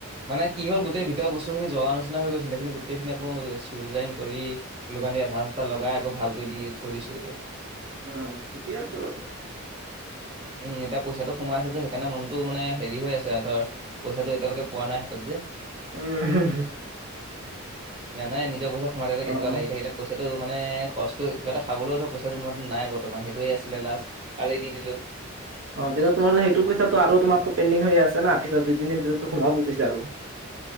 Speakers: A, on the right; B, on the right.
A: মানে কি হ'ল গোটেই ভিতৰৰ বস্তুখিনি জ্বলা নিচনা হৈ গৈছিলে, সেইখিনি গোটেইখিনি আকৌ চুলজাইং কৰি গ্লকান দি আধা ছাঠা লগাই আকৌ ভালকৈ দি থৈ দিছো এতিয়া।
B: অঁ, ঠিকেই আছে বাৰু।
A: উম, এতিয়া পইচাটো সোমাইছে যে সেইকাৰণে মনটো মানে হেৰি হৈ আছে আৰু ধৰ। পইচাটো এতিয়ালৈকে পোৱা নাই হাতত যে।
B: উম হুম হু।
A: নাই নাই নিজৰ পইচা সোমাই থাকিলে কেনেকোৱা
B: অ',
A: লাগি থাকে, এতিয়া পইচা টো মানে খৰচকৈ কিবা এটা খাবলৈও ধৰ পইচাটো মোৰ হাতত নাই বৰ্তমান সেইটোয়ে আছিলে লাষ্ট কালি দি দিলো।
B: অঁ, তেতিয়া তোমাৰো সেইটো পইচাটো আৰু তোমাৰতো পেণ্ডিং হৈ আছে না পিছত দুই তিনি দিনত তো সোমাব পইছা আৰু।